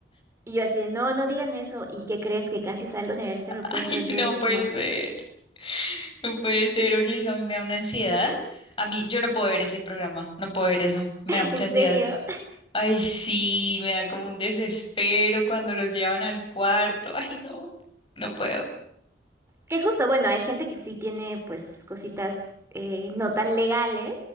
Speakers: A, on the right; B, on the left.
A: Y yo así, de, no, no digan eso. ¿Y qué crees que casi salgo en el alerta
B: <laughs>
A: aeropuerto?
B: Ay,
A: Entonces,
B: no
A: pues
B: puede
A: no.
B: ser, no puede ser, oye, eso a mí me da una ansiedad. A mí, yo no puedo ver ese programa, no puedo ver eso,
A: <laughs>
B: me da mucha
A: En
B: ansiedad.
A: serio.
B: Ay, sí, me da como un desespero cuando los llevan al cuarto. <laughs> Ay, no, no puedo.
A: Que justo, bueno, hay gente que sí tiene pues cositas eh, no tan legales,